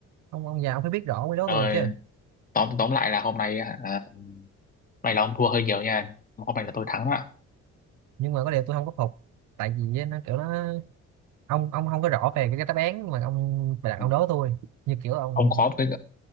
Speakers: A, on the right; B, on the left.
A: ông ông già ông phải biết rõ ông mới đố
B: Rồi,
A: tôi được chứ
B: tóm tóm lại là hôm nay à, à, hôm nay là ông thua hơi nhiều nha hôm nay là tôi thắng đó
A: nhưng mà có điều tôi không có phục tại vì á, nó kiểu nó ông ông không có rõ về cái, cái đáp án mà ông bạc
B: Ừ.
A: ông đố tôi như kiểu ông
B: ông có một cái